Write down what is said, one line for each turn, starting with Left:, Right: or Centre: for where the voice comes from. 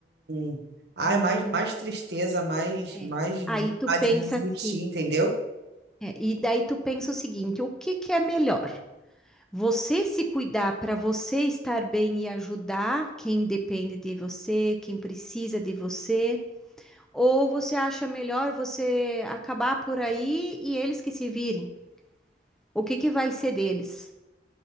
Right: um... Ai,
Centre: uhum,
Right: mais, mais tristeza, mais,
Centre: é.
Right: mais
Centre: Aí
Right: vontade
Centre: tu pensa
Right: de desistir,
Centre: assim,
Right: entendeu?
Centre: é, e daí tu pensa o seguinte: o que que é melhor? Você se cuidar para você estar bem e ajudar quem depende de você, quem precisa de você, ou você acha melhor você acabar por aí e eles que se virem? O que que vai ser deles?